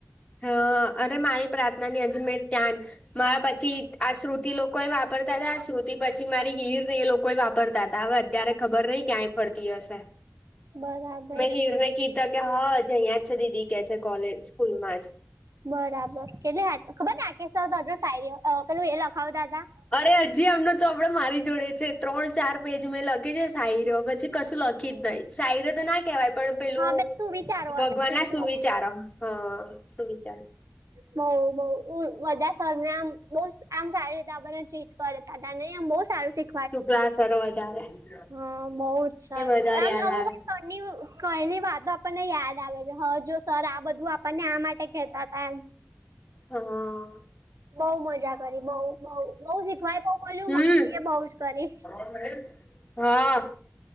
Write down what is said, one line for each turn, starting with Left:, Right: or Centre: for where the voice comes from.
Left: હ અને મારી પ્રાર્થનાની હજી મેં ત્યા મારા પછી આ શ્રુતિ લોકોએ વાપરતા હતા આ શ્રુતિ પછી મારી હિર ને એ લોકો વાપરતા હતા હવે અત્યારે ખબર નહ ક્યાંય ફરતી હશે.
Right: બરાબર
Left: મેં હીરને કીધા કે હાજ અહીંયાજ છે દીદી કે છે કોલેજ સ્કૂલમાં જ.
Right: બરાબર કેટલી <unintelligible> ખબર ને <unintelligible> પેલું એ લખાવતાતા
Left: અરે હજી આમનો ચોપડે મારી જોડે છે ત્રણ ચાર પેજ મેં લખી છે શાયરીઓ પછી કશું લખી જ નહી. શાયરીઓ તો ના કહેવાય પણ પેલું
Right: હા બે તું વિચારો
Left: ભગવાનના
Right: હતા તું વિચારો
Left: સુવિચારો હ સુુવિચારો
Right: બઉ બઉ બધા સરને આમ બહ આમ સારી રીતે આપને ટ્રીટ કરતા હતા નહી આમ બહ સારું શીખ
Left: <unintelligible> વધારે
Right: હ બઉુ છ
Left: એ વધારે
Right: આમ
Left: યાદ
Right: <unintelligible>
Left: આવે
Right: કરલી વાતો આપણને યાદ આવે છે હ જો સર આ બધું આપણને આ માટે કેહેતા હતા એમ.
Left: હા
Right: બઉ મજા કરી બઉ બઉ બઉ શીખવાય બઉ મળયું
Left: હમ
Right: મજાએ બઉ જ કરી
Left: <unintelligible> હા